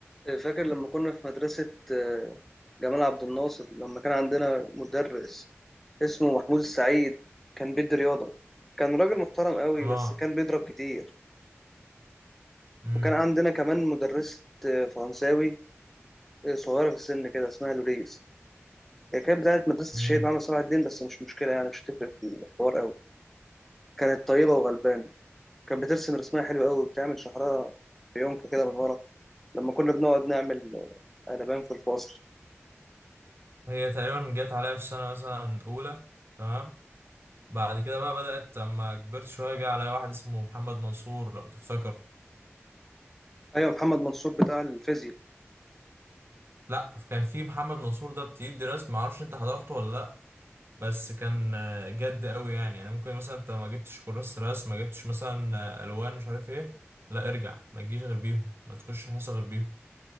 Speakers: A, in the centre; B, on the right.
A: فاكر لما كنا في مدرسة آه، جمال عبد الناصر لما كان عندنا مدرس اسمه محمود السعيد كان بيدي رياضة كان راجل محترم قوي
B: اه
A: بس كان بيضرب كتير
B: امم
A: وكان عندنا كمان مدرسة آه، فرنساوي آه، صغيرة في السن كده اسمها لوريس هي كانت بتاعت مدرسة
B: امم
A: الشهيد عمرو صلاح الدين بس مش مشكلة يعني مش هتفرق في الحوار قوي كانت طيبة وغلبانة كانت بترسم رسمها حلو قوي وبتعمل شعرها في يونكة كده من ورا لما كنا بنقعد نعمل آه، قلبان في الفاصل
B: هي تقريبا جت عليا في السنه مثلا اولى تمام بعد كده بقى بدأت لما كبرت شوية جه عليا واحد اسمه محمد منصور لو تفتكره
A: ايوه محمد منصور بتاع الفيزياء
B: لا كان في محمد منصور ده بتدي رسم معرفش انت حضرته ولا لا بس كان آه، جد قوي يعني يعني ممكن مثلا انت ما جبتش كراسة رسم ما جبتش مثلا آه، الوان مش عارف ايه لا ارجع ما تجيش غير بيهم ما تخش حصة غير بيهم